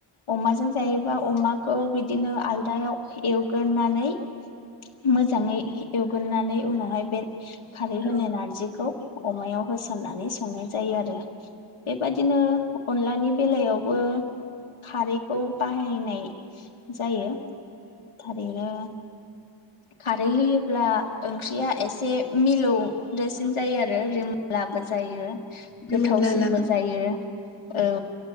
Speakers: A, on the left; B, on the left.
A: अमाजों जायोबा अमाखौ बिदिनो आलदायाव एवगोरनानै मोजाङै एवगोरनानै उनावहाय बे खारै होनाय
B: औ
A: नारजिखौ अमायाव होसननानै संनाय जायो आरो बेबायादिनो। अनलानि बेलायावबो खारैखौ बाहायनाय जायो। थारैनो। खारै होयोब्ला ओंख्रिया एसे मिलौदोसिन जायो आरो। लाबो जायो
B: बे
A: गोथावसिनबो
B: मोनलाला
A: जायो औ।